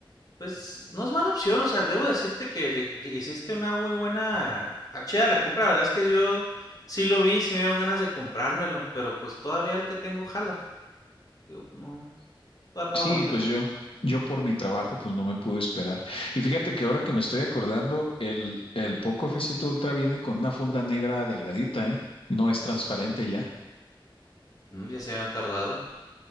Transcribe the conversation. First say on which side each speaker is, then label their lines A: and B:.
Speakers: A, on the left (about 45°); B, on the left (about 85°).
A: Pues no es mala opción, o sea, debo decirte que le hiciste una muy buena. Está chida la compra, la verdad es que yo sí lo vi, sí me dieron ganas de comprármelo, pero pues todavía el que tengo jala. Digo, pues no, todavía puedo
B: Sí,
A: aguantar.
B: pues yo, yo por mi trabajo, pues no me pude esperar. Y fíjate que ahora que me estoy acordando, el, el Poco f siete Ultra viene con una funda negra delgadita, ¿eh? No es transparente ya.
A: Mm, ya se habían tardado.